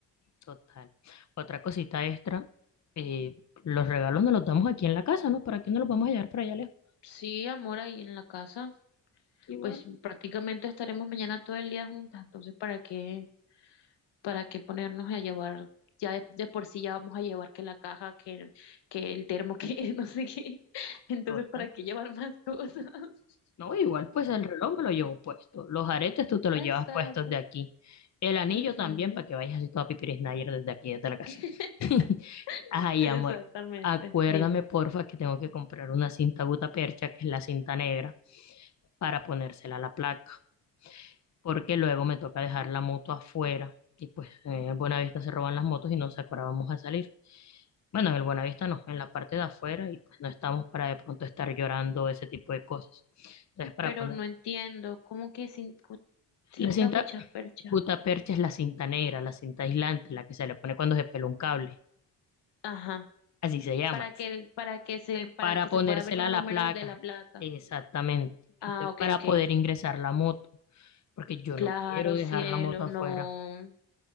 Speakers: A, on the left; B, on the left.
A: Total. Otra cosita extra, eh, los regalos nos los damos aquí en la casa, ¿no? ¿Para qué no los vamos a llevar para allá lejos?
B: Sí, amor, ahí en la casa.
A: Igual.
B: pues prácticamente estaremos mañana todo el día juntas, entonces ¿para qué, para qué ponernos a llevar? Ya de, de por sí ya vamos a llevar que la caja, que, que el termo, que <laughs> no sé qué. Entonces,
A: Total.
B: ¿para qué llevar más cosas? <laughs>
A: No, igual, pues el reloj me lo llevo puesto. Los aretes tú te los
B: Exacto.
A: llevas puestos de aquí. El anillo
B: Ujú.
A: también, para que vayas así toda pipiris Nayer desde aquí, desde la casa.
B: <laughs>
A: <laughs> Ay,
B: Exactamente,
A: amor, acuérdame,
B: dime.
A: porfa, que tengo que comprar una cinta gutapercha, que es la cinta negra, para ponérsela a la placa. porque luego me toca dejar la moto afuera y pues eh, en Buenavista se roban las motos y nos acordábamos a salir. Bueno, en el Buenavista no, en la parte de afuera y pues no estamos para de pronto estar llorando ese tipo de cosas. Entonces, para
B: Pero
A: poner
B: no entiendo, ¿cómo que cin- cu- cinta
A: la cinta
B: percha?
A: gutapercha es la cinta negra, la cinta aislante, la que se le pone cuando se pela un cable,
B: Ajá.
A: así se llama,
B: Para que, el- para que se, para
A: para
B: que
A: ponérsela
B: se pueda ver los números
A: a la placa,
B: de la placa.
A: exactamente,
B: Ah,
A: Entonces,
B: ok,
A: para
B: ok.
A: poder ingresar la moto, porque yo
B: Claro,
A: no quiero dejar
B: cielo,
A: la moto afuera,
B: no,